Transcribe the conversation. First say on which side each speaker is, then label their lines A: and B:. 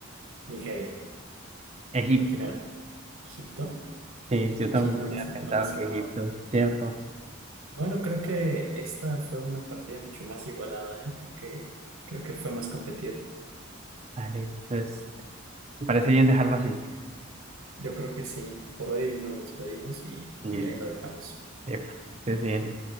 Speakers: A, on the right; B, on the right.
A: Nigeria.
B: Egipto.
A: ¿O quién era? ¿Egipto?
B: Sí, yo también
A: Sí,
B: hubiera
A: no me,
B: pensado
A: no me sonaba.
B: que Egipto, ¿cierto?
A: Bueno, creo que esta fue una partida mucho más igualada, ¿eh? Creo que, creo que fue más competida.
B: Dale, pues, me parece bien dejarlo así.
A: Yo creo que sí. Por hoy nos despedimos y
B: Sí.
A: y ahí lo dejamos.
B: Epa, estés bien.